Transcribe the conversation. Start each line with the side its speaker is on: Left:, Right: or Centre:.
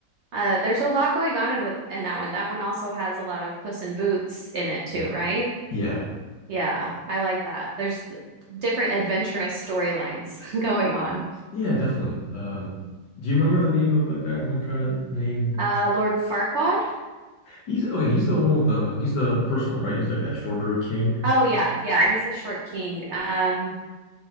Right: Uh, there's a lot going on in with in that one. That one also has a lot of Puss in Boots in it too,
Left: Yeah.
Right: right?
Left: Yeah.
Right: Yeah, I like that. There's different adventurous storylines <laughs> going on.
Left: Yeah, definitely. Um, do you remember the name of the guy who I'm trying to name?
Right: Uh, Lord Farquaad?
Left: He's okay, he's the one with the he's the first one, right? He's like that shorter king.
Right: Oh yeah, yeah, he's a short king. Um,